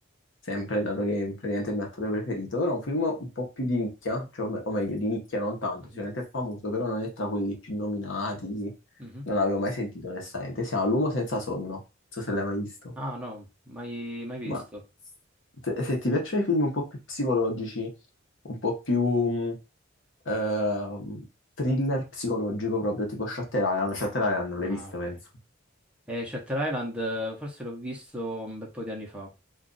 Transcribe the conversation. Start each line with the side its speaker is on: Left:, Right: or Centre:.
Left: sempre dato che praticamente è il mio attore preferito, però è un film un po' più di nicchia, cioè, o me- o meglio, di nicchia non tanto,
Centre: Mhm.
Left: sicuramente è famoso, però non è tra quelli più nominati,
Centre: Mhm.
Left: non avevo mai sentito onestamente. Si chiama L'uomo senza sonno, non so se l'hai mai visto.
Centre: Ah, no, mai, mai visto.
Left: Ma se, se ti piacciono i film un po' più psicologici, un po' più mh, ehm, thriller psicologico proprio, tipo Shutter Island, Shutter Island non l'hai
Centre: Ah,
Left: visto,
Centre: ok.
Left: penso.
Centre: E Shutter Island, eh, forse l'ho visto un bel po' di anni fa.